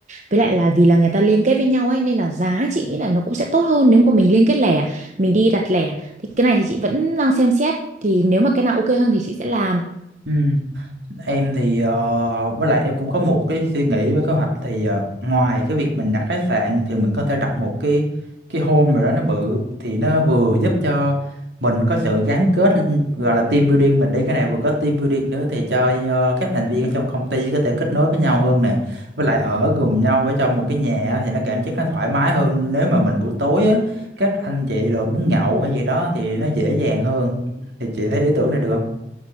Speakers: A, on the right (about 40°); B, on the right (about 70°).
A: với lại là vì là người ta liên kết với nhau ấy nên là giá chị nghĩ là nó cũng sẽ tốt hơn nếu mà mình liên kết lẻ mình đi đặt lẻ thì cái này thì chị vẫn đang xem xét thì nếu mà cái nào ok hơn thì chị sẽ làm
B: Ừ. em thì ờ, với lại em cũng có một cái suy nghĩ với kế hoạch thì ờ, ngoài cái việc mình đặt khách sạn thì mình có thể đặt một cái cái home rồi đó nó bự thì nó vừa giúp cho mình có sự gắn kết gọi là team building mình đi cái này vừa có team building nữa thì cho ờ, các thành viên ở trong công ty có thể kết nối với nhau hơn nè với lại ở cùng nhau ở trong một cái nhà á, thì nó cảm giác nó thoải mái hơn nếu mà mình buổi tối á các anh chị rồi muốn nhậu hay gì đó thì nó dễ dàng hơn thì chị thấy ý tưởng này được không?